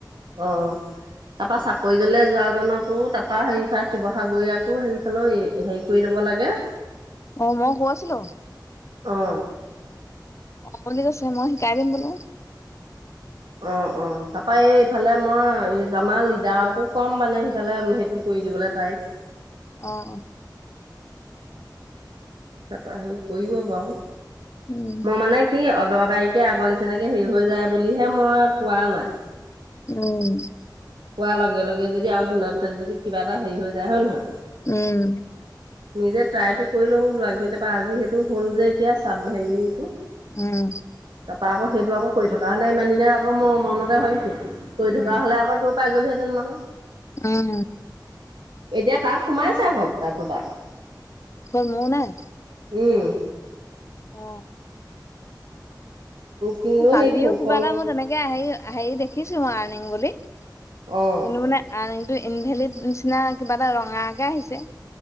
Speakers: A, on the right (about 80°); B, on the left (about 40°).
A: অ, তাৰপা চাকৰি জ্ব যোৱাজনকো তাৰপা তাত শিৱসাগৰীয়কো হেফালে হেৰি কৰি লব লাগে।
B: অ, মই গৈছিলো।
A: অ
B: অ, বুলি কৈছে মই শিকাই দিম বোলো।
A: অ', অ', তাৰাপা এই ইফালে মই এই আমাৰ লিডাৰকো ক'ম মানে সিফালে সেইটো কৰি দিবলৈ তাইক।
B: অঁ।
A: তাৰপৰা হেৰি কৰিব বাৰু।
B: উম।
A: মোৰ মানে কি অদৰ গাড়ীকে আগৰ নিচিনাকে হেৰি হৈ যায় বুলিহে মই কোৱা নাই।
B: উম।
A: পোৱাৰ লগে, লগে যদি আৰু দুদিনমান পিছত যদি কিবা এটা হেৰি হৈ যায় হয়, নহয়।
B: উম।
A: নিজে ট্ৰাইটো কৰি লওঁ বোলো আগধৰি তাৰপৰা আজি সেইটো হল যে এতিয়া চাব হেৰিটো।
B: উম।
A: তাৰপৰা আকৌ সেইটো আকৌ কৰি থকা হ'লে ইমান দিনে আকৌ মই মনতে ভাবিছোঁ। কৰি
B: উম,
A: থকা হলে আকৌ তোক পাইগলোহেটন নহয়।
B: উম।
A: এতিয়া তাত সোমাইছে আগৰত তাতো তাত।
B: ক'ত মূৰ নাই।
A: উম।
B: অঁ।
A: কিন্তু
B: কালিও
A: সেই
B: কিবা
A: কল
B: এটা মোৰ তেনেকে আহে আহে দেখি লিখিছোঁ মই আৰ্নিং বুলি। কিন্তু
A: অ'।
B: মানে আৰ্নিংটো ইনভেলীড নিচিনা কিবা এটা ৰঙাকে আহিছে।